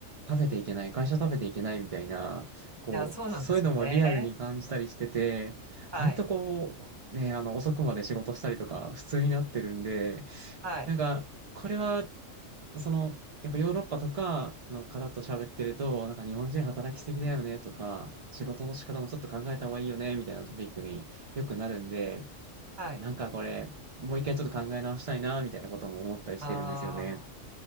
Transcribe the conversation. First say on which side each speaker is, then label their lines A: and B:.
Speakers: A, on the right; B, on the right.
A: ー食べていけない、会社食べていけないみたいな、こう、
B: や、そうなんですよね。
A: そういうのもリアルに感じたりしてて、
B: はい。
A: 割とこう、ね、あの、遅くまで仕事したりとか、普通になってるんで、
B: はい。
A: なんか、これはその、やっぱヨーロッパとかの方と喋ってると、なんか日本人働きすぎだよねとか、仕事の仕方もちょっと考えた方がいいよねみたいなトピックによくなるんで、
B: はい。
A: なんかこれ、もう一回ちょっと考え直したいなみたいなことも思ったりしてるんですよね。
B: ああ、